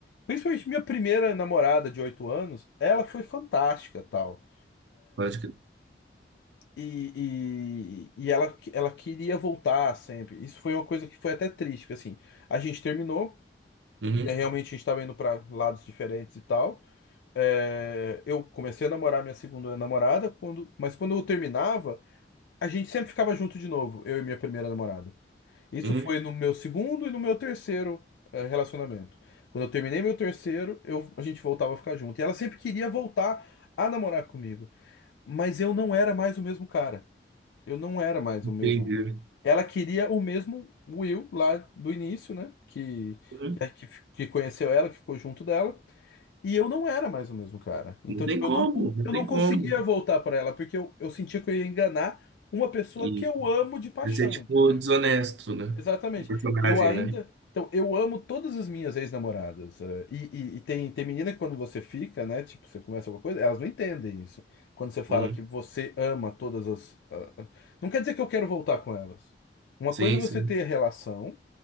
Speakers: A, on the left; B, on the right.
A: Principalmente minha primeira namorada de oito anos, ela foi fantástica, tal.
B: Pode que.
A: E, e, e ela, ela queria voltar sempre. Isso foi uma coisa que foi até triste, porque assim, a gente terminou,
B: Uhum,
A: é, realmente a gente estava indo para lados diferentes e tal. É, eu comecei a namorar minha segunda namorada, quando, mas quando eu terminava, a gente sempre ficava junto de novo, eu e minha primeira namorada. Isso
B: uhum,
A: foi no meu segundo e no meu terceiro eh, relacionamento. Quando eu terminei meu terceiro, eu- a gente voltava a ficar junto. E ela sempre queria voltar a namorar comigo. Mas eu não era mais o mesmo cara. Eu não era mais
B: entendi.
A: o mesmo. Ela queria o mesmo Will lá do início, né? Que,
B: Uhum.
A: que, que que conheceu ela, que ficou junto dela. E eu não era mais o mesmo cara. Então,
B: Não tem
A: tipo,
B: como,
A: eu não, con-
B: não
A: eu
B: tem
A: não
B: como.
A: conseguia voltar pra ela, porque eu, eu sentia que eu ia enganar uma pessoa
B: E
A: que eu amo de paixão,
B: esse é tipo
A: entendeu?
B: desonesto, né?
A: Exatamente.
B: O personagem,
A: Eu ainda.
B: né?
A: Então, eu amo todas as minhas ex-namoradas. eh, E, e- e tem, tem menina que quando você fica, né? Tipo, você começa alguma coisa, elas não entendem isso. Quando você fala
B: Uhum.
A: que você ama todas as. ah, ah, não quer dizer que eu quero voltar com elas. Uma
B: Sim,
A: coisa é você
B: sim,
A: ter relação